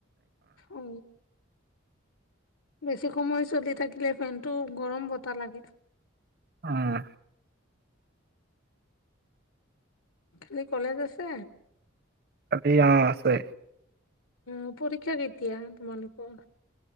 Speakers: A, on the left; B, on the right.
A: অ। বেছি সময় চলি থাকিলে ফেনটো গৰম বতাহ লাগি
B: উম।
A: কালি কলেজ আছে?
B: কালি অ আছে।
A: উ পৰীক্ষা কেতিয়া তোমালোকৰ?